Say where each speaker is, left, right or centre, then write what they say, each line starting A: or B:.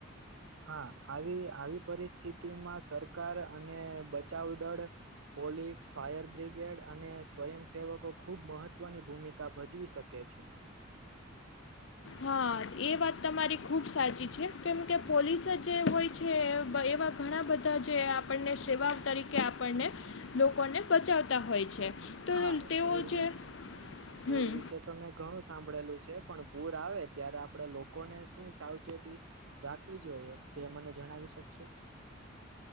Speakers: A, on the right; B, on the left.
A: હા આવી આવી પરિસ્થિતિમાં સરકાર અને બચાવ દળ પોલીસ, ફાયર બ્રિગેડ અને સ્વયંસેવકો ખુબ મહત્વની ભૂમિકા ભજવી શકે છે.
B: હા એ વાત તમારી ખુબ સાચી છે. કેમ કે પોલીસ જે હોય છે બ એવા ઘણા બધા જે આપણને સેવા તરીકે આપણને લોકોને બચાવતા હોય છે. તો
A: હા
B: તેઓ
A: પૂર
B: જે
A: વિશ પૂર
B: હમ
A: વિશે તમે ઘણું સાંભળેલું છે. પણ પૂર આવે ત્યારે આપણેે લોકોને શું સાવચેતી રાખવી જોઈએ, તે મને જણાવી શકશો?